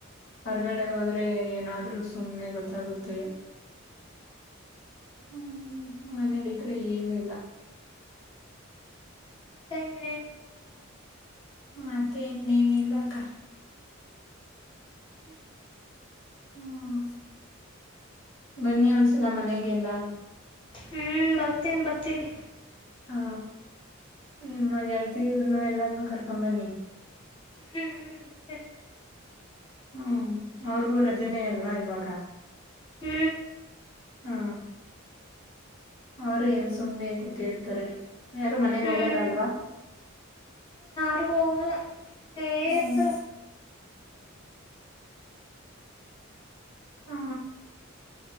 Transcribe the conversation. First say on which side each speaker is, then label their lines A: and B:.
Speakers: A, on the left; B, on the left.
A: ಹೊರಗಡೆ ಹೋದ್ರೆ ಏನಾದ್ರು ಸುಮ್ನೆ ಗೊತ್ತಾಗುತ್ತೆ ಹೂ ಮನೇಲಿ ಇದ್ರು ಏನು ಇಲ್ಲ? <unintelligible>
B: ಮತ್ತೆ ಇನ್ನೇನ್ ಸಮಾಚಾರ
A: ಮತೆನ್ನೇನ ಇಲ್ಲಕ್ಕ
B: ಹ್ಮ್
A: ಹ್ಮ ಬನ್ನಿ ಒಂದಸಲ ಮನೆಗೆಲ್ಲ
B: ಹ್ಮ್ ಬರ್ತೀನಿ ಬರ್ತೀನಿ
A: ಹಾ ನಿಮ್ಮ ಗೆಳ್ತಿರ್ನ್ನುಎಲ್ಲಾರ್ನು ಕರ್ಕೊಂಡ್ ಬನ್ನಿ
B: ಹ್ಮ್ ಹ್ಮ್ ಬರ್ತೇನೆ ಬರ್ತೇನಿ
A: ಹ್ಮ ಅವ್ರಿಗೂ ರಜನೆ ಅಲ್ವಾ ಇವಾಗ
B: ಹ್ಮ್
A: ಹಾ ಅವರು ಏನ್ ಸುಮ್ನೆ ಕೂತಿರ್ತಾರೆ ಯಾರು ಮನೆಗ್
B: ಹ್ಮ್
A: ಹೋಗಲ್ಲ ಅಲ್ವಾ
B: ರು ಹೋಗಲ್ಲ ಇಲ್ಲೆ
A: ಹ್ಮ್
B: ಇರ್ತಾರ
A: ಹ್ಮ